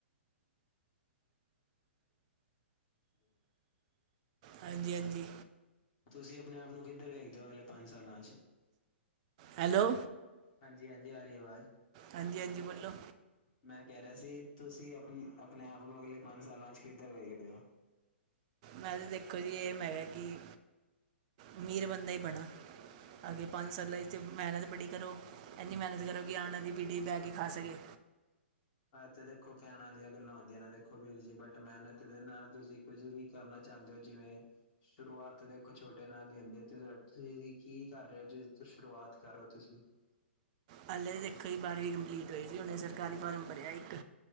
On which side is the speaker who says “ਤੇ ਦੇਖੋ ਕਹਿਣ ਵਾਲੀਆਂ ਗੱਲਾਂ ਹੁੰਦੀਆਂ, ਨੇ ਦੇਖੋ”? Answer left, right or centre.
Left